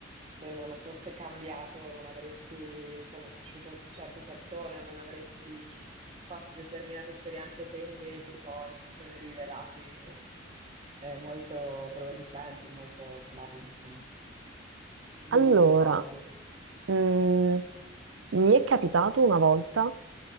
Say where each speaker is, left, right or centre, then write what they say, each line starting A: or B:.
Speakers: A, on the right; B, on the right.
A: se non fosse cambiato non avresti conosciuto certe persone o non avresti fatto determinate esperienze che invece poi si sono rivelate eh, molto producenti, molto belle, insomma, vividi
B: Allora,
A: ricordi.
B: mm,
A: Eh,
B: mi è capitato una volta